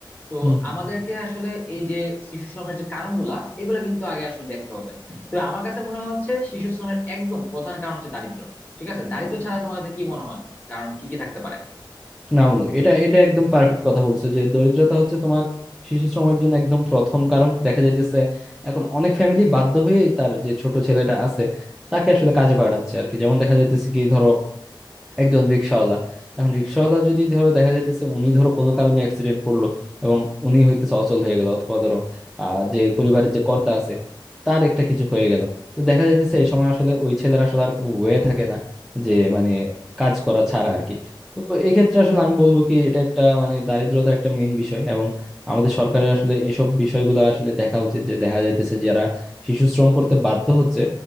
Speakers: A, on the left (about 20°); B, in the centre.
A: তো
B: হুম, হুম।
A: আমাদেরকে
B: হুম।
A: আসলে এই যে শিশু শ্রমের যে কারণগুলা এগুলা কিন্তু আগে আসলে দেখতে হবে তো আমার কাছে মনে হচ্ছে শিশু শ্রমের একদম প্রধান কারণ হচ্ছে দারিদ্র ঠিক আছে দারিদ্র ছাড়া তোমার কাছে কি মনে হয় কারণ কি কি থাকতে পারে
B: না বন্ধু এটা এটা একদম পারফেক্ট কথা বলছো যে দরিদ্রতা হচ্ছে তোমার শিশু শ্রমের জন্য একদম প্রথম কারণ দেখা যাইতেছে এখন অনেক ফ্যামিলি বাধ্য হয়ে তার যে ছোট ছেলেটা আছে তাকে আসলে কাজে পাঠাচ্ছে আর কি যেমন দেখা যাইতেছে কি ধরো একজন রিক্সাওয়ালা এখন রিক্সাওয়ালা যদি ধরো দেখা যাইতেছে উনি ধরো কোনো কারণে অ্যাক্সিডেন্ট করলো এবং উনি হইতেছে অচল হয়ে গেল অথবা ধরো আহ যে পরিবারের যে কর্তা আছে তার একটা কিছু হয়ে গেল তো দেখা যাইতেছে এই সময় আসলে ওই ছেলের আসলে আর কোনো ওয়ে থাকে না যে মানে কাজ করা ছাড়া আর কি তো এক্ষেত্রে আসলে আমি বলবো কি এটা একটা মানে দারিদ্রতা একটা মেইন বিষয় এবং আমাদের সরকারের আসলে এইসব বিষয়গুলো আসলে দেখা উচিত যে দেখা যাইতেছে যারা শিশু শ্রম করতে বাধ্য হচ্ছে